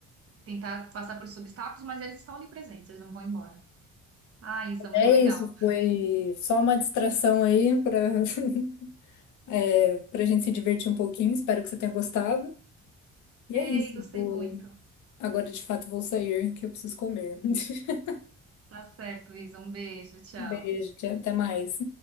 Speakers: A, on the right; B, on the left.
A: tentar passar por esses obstáculos, mas eles estão ali presentes, eles não vão embora. Ah, Isa, muito
B: É
A: legal.
B: isso, foi só uma distração aí para <laughs> é, para gente se divertir um pouquinho. Espero que você tenha gostado. E
A: Ei,
B: é isso.
A: gostei
B: vou-
A: muito.
B: Agora de fato vou sair, que eu preciso comer. <laughs>
A: Tá certo, Isa. Um beijo, tchau.
B: Beijo, tchau, até mais.